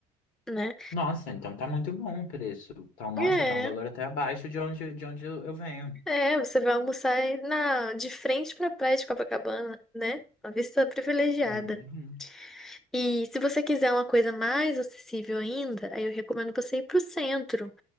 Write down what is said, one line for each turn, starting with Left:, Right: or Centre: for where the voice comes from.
Centre: né?
Left: Nossa, então tá muito bom o preço. Então, nossa,
Centre: É,
Left: tá um valor até abaixo de onde, de onde eu eu venho.
Centre: é, você vai almoçar aí na, de frente para a praia de Copacabana, né? Uma vista privilegiada.
Left: Hum,
Centre: E se você quiser uma coisa mais acessível ainda, aí eu recomendo você ir pro centro.